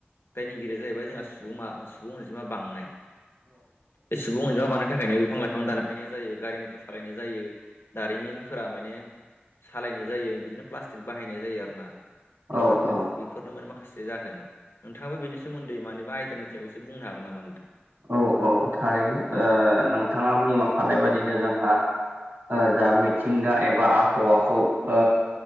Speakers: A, on the left; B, on the right.
A: दायनिगिरिया जाहैबाय जोंहा सुबुं सुबुं अनजिमा बांनाय। बे सुबुं अनजिमा बांनायनि थाखायनो बिफां लाइफां दानफायनाया जायो गारि मथर सालायनाय जायो। दारिमिनफोरा माने सालायनाय जायो बिदिनो प्लास्टिक बाहायनाय जायो आरो ना। बेफोरबो
B: औ
A: बेफोरनो माने माखासे। माखासे जाहोन नोंथाङाबो बेनि सोमोन्दै मानिबा आयदानि सायाव एसे बुंनो हागोन नामा नोंथां
B: औ औ थारैनो ओ नोंथाङा बुंलांखानाय बादिनो जोंहा ओ जा मिथिंगा एबा आबहावाखौ ओ